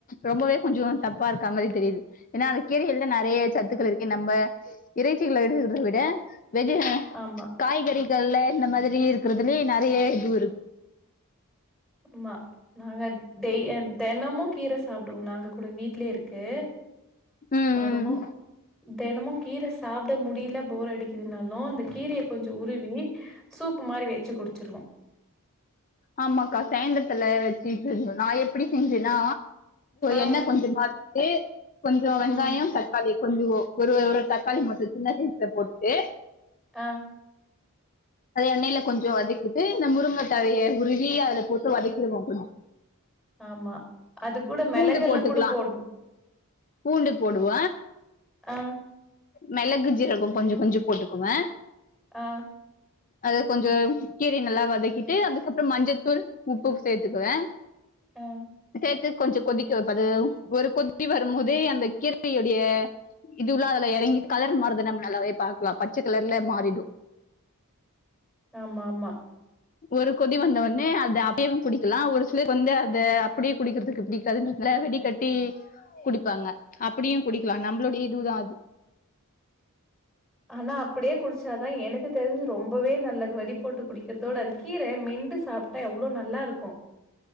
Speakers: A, on the left; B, in the centre.
A: ரொம்பவே கொஞ்ச தப்பா இருக்கா மாரி தெரியுது ஏன்னா அந்த கீரைகல்ல நெறைய சத்துக்கள் இருக்கு நம்ம இறைச்சிகள எடுத்துக்கிறத விட வெஜ்
B: ஆமா
A: காய்கறிகள்ல இந்த மாதிரி இருக்கிறதுலயே நெறைய இது இருக்கு
B: ஆமா நாங்க டெய் தெனமு கீர சாப்புடுவோ நாங்க கூட வீட்லயே ருக்கு
A: ம்
B: மருவொ
A: ம்
B: தெனமு கீர சாப்ட முடியல போர் அடிக்குதுனாலு அந்த கீரய கொஞ்ச உருவி சூப்பு மாரி வச்சு குடிச்சிருவோ
A: ஆமாக்கா சாய்ந்தரத்துல வச்சுட்டு நாயேப் பிடிச்சிருஞ்சுன்னா
B: ஆ
A: எண்ணெ கொஞ்சமாட்டு கொஞ்ச வெங்காயொ
B: ம்
A: தக்காளி கொஞ்ச ஒரு ஒரு தக்காளி மட்டு சின்ன சைஸ்ல போட்டு
B: அ
A: அத எண்ணெயில கொஞ்ச வதக்கிட்டு இந்த முருங்க தலய உருவி அதுல போட்டு வதக்கிடுவோ கொஞ்ச
B: ஆமா அது கூட மெளகெல்லா
A: பூண்டு போட்டுக்கலாம்
B: கூட போடணு
A: பூண்டு போடுவ
B: ஆ
A: மெளகு ஜிரகோ கொஞ்சம் கொஞ்சம் போட்டுக்குவே
B: ஆ
A: அத கொஞ்சோ கீரைய நல்லா வதக்கிட்டு அதுக்கப்புறோ மஞ்சத்தூள் உப்பு சேர்த்துக்குவே
B: ஆ
A: சேத்து கொஞ்சம் கொதிக்க வைப்பது அது ஒரு கொது கொதி வரு போது அந்த கீரவையுடைய இதுல்லா அல எறங்கி கலர் மார்றது நம்ம நல்லாவே பாக்லா பச்ச கலர்ல மாறிடு
B: ஆமா மா
A: ஒரு கொதி வந்தவொன்னே அது அப்டியு குடிக்கலா ஒரு சிலர் வந்து அத அப்டியே குடிக்கறதுக்கு பிடிக்காதுன்றதுனால வடி கட்டி குடிப்பாங்க அப்படியு குடிக்கலா நம்மளுடைய இதுதா அது
B: ஆனா அப்படியே குடிச்சாதா எனக்கு தெரிஞ்சு ரொம்பவே நல்லது வடி போட்டு குடிக்கிறதவிட அது கீர மெண்டு சாப் எவ்ளோ நல்லாருக்கு